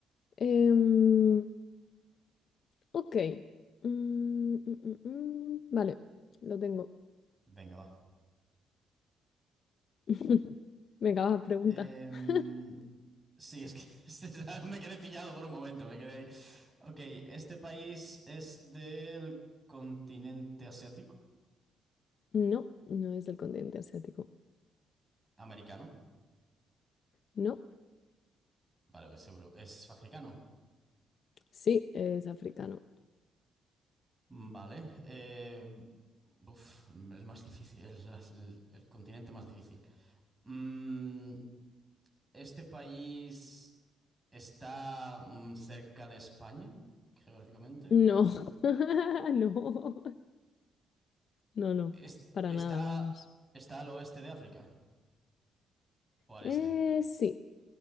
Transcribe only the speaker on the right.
venga, va.
Em,
sí, es que <laughs> me quedé pillado por un momento, me quedé ahí. Ok, ¿este país es del continente asiático?
¿Americano?
Vale, pues seguro. ¿Es africano?
Vale. eh, uf, el más difícil, el, las- el- el continente más difícil. Mm, ¿este país está mm, cerca de España, geográficamente
o no?
Es-
está,
¿Está al oeste de África? ¿O al
este?